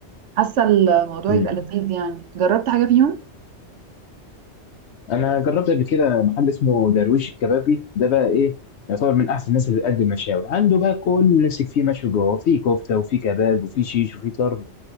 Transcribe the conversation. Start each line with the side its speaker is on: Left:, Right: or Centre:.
Right: حاسه الموضوع
Left: امم
Right: يبقى لذيذ يعني جربت حاجه فيهم؟
Left: انا جربت قبل كده محل اسمه درويش الكبابي ده بقى ايه يعتبر من احسن الناس اللي بتقدم مشاوي عنده بقى كل اللي نفسك فيه مشوي جوه في كفته وفي كباب وفي شيش وفي طرب